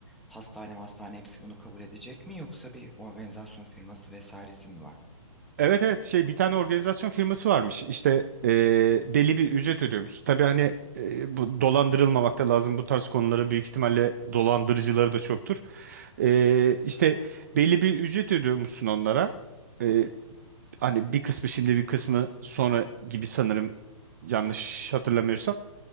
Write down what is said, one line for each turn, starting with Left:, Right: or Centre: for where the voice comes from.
Centre: hastane hastane hepsi bunu kabul edecek mi yoksa bir organizasyon firması vesairesi mi var?
Right: Evet evet şey bir tane organizasyon firması varmış işte eee, belli bir ücret ödüyormuş. Tabii hani eee, bu dolandırılmamak da lazım bu tarz konulara büyük ihtimalle dolandırıcıları da çoktur. Eee işte belli bir ücret ödüyormuşsun onlara. Eee,
Centre: Hı hı,
Right: hani bir kısmı şimdi bir kısmı sonra gibi sanırım yanlış hatırlamıyorsam.